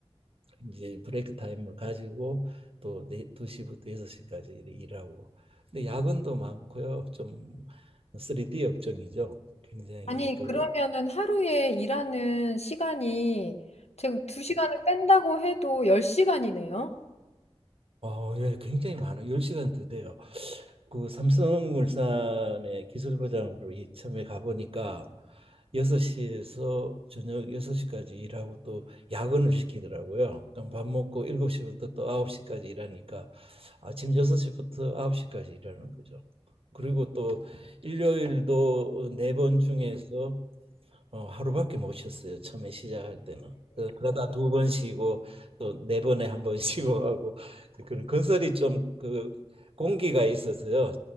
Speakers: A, on the right; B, on the left.
A: 이제 브레이크 타임을 가지고 또 네, 2시부터 6시까지 일하고 근데 야근도 많고요. 좀 3D 업종이죠. 굉장히
B: 아니,
A: 그
B: 그러면은 하루에 일하는 시간이 제가 2시간을 뺀다고 해도 10시간이네요?
A: 어, 예, 굉장히 많아요. 10시간 더 돼요. 그 삼성물산의 기술부장으로 이참에 가보니까 6시에서 저녁 6시까지 일하고 또 야근을 시키더라고요. 그럼 밥 먹고 7시부터 또 9시까지 일하니까 아침 6시부터 9시까지 일하는 거죠. 그리고 또 일요일도 어, 네번 중에서 어, 하루밖에 못 쉬었어요. 처음에 시작할 때는. 그- 그러다 두 번 쉬고 또 네 번에 한 번 <laughs> 쉬고 하고 그 그런 건설이 좀 그 공기가 있어서요.